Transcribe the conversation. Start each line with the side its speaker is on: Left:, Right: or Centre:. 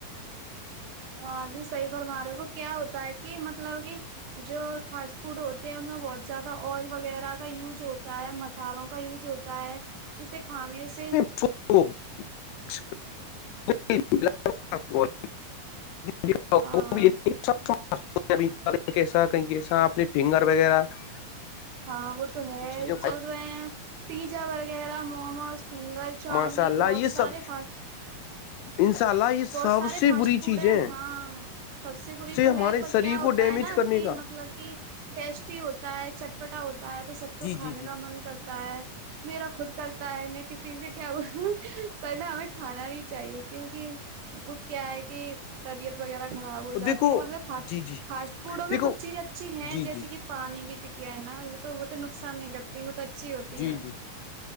Right: ہاں جی صحیح فرما رہے ہو وہ کیا ہوتا ہے مطلب کہ جو فاسٹ فوڈ ہوتے ہیں ان میں بہت زیادہ آئل وغیرہ کا یوز ہو ہوتا ہے مسالوں کا یوز ہوتا ہے جسے کھانے سے
Left: <unintelligible> <unintelligible>
Right: ہاں
Left: <unintelligible>
Right: ہاوہ تو ہے
Left: چیزوں
Right: چل
Left: کا
Right: رہے ہیں پیجاا وغیرہ مومو ج سنگل چاؤمین
Left: ماشاء اللہ
Right: بہت
Left: یہ
Right: سارے
Left: سب
Right: پا
Left: انشاء اللہ یہ سب
Right: بہت سارے
Left: سے
Right: فاسٹ
Left: بری
Right: فوڈ
Left: چیزیں
Right: ہیں ہاں سب سے بری تو
Left: ہمارے
Right: ہے پر
Left: شریر
Right: کیا ہوتا
Left: کو ڈیمیج
Right: ہے نا
Left: کرنے
Right: جی
Left: کا
Right: مطلب کی ٹیسٹ چٹی ہوتا ہے چٹپٹا ہوتا ہے تو سب کو
Left: جی
Right: کھانے
Left: جی جی
Right: کا من کرتا ہے تا میرا خود کرتا ہے میں کسی سے کیا بولوں پہل ہمیں کھانا بھی چاہیے کیونکہ کیا ہےکہ طبیعت وغیرہ خراب ہو جاتی
Left: دیکھو
Right: ہے مطلب فاسٹ
Left: جی جی
Right: فاسٹ فوڈ
Left: دیکھو
Right: میں کچھ اچھی ہیں
Left: جی جی
Right: جیسے کہ پانی کی ٹک تو نقصان نہیں کرتی وہ تو اچھی ہوتی
Left: جی
Right: ہے
Left: جی